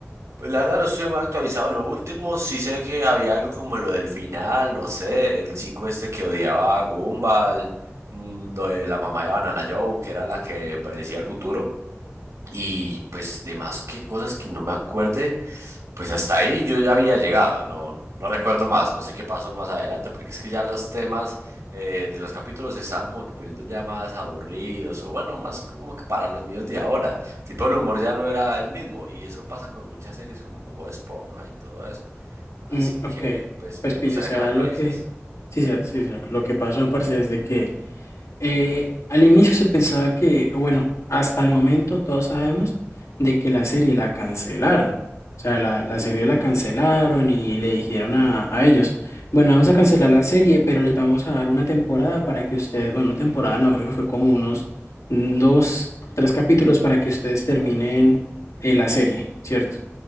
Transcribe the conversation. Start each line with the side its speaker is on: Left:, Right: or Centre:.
Right: pues la verdad no estoy muy actualizado, lo último sí sé que había algo como lo del final, no sé, el chico este que odiaba a Gumball, mm, lo de la mamá de Banana Joe, que era la que predecía el futuro. Y pues demás que cosas que no me acuerde, pues hasta ahí yo ya había llegado, no, no recuerdo más, no sé qué pasó más adelante, porque es que ya los temas eh, de los capítulos se estaban como que poniendo ya más aburridos, o bueno, más como que para los niños de ahora, tipo el humor ya no era el mismo, y eso pasa con muchas series como con Bob Esponja y todo eso, así
Left: Mm,
Right: que
Left: ok,
Right: pues
Left: pues
Right: me
Left: pillo,
Right: gustaría
Left: o sea,
Right: que me actualices.
Left: lo que... Sí, sí, sí, lo que pasó, parce, es de que Eh, al inicio se pensaba que, o bueno, hasta el momento todos sabemos de que la serie la cancelaron. O sea, la, la serie la cancelaron y le dijeron a, a ellos, bueno, vamos a cancelar la serie, pero les vamos a dar una temporada para que ustedes, bueno, no temporada no, creo que fue como unos dos, tres capítulos para que ustedes terminen eh, la serie, ¿cierto?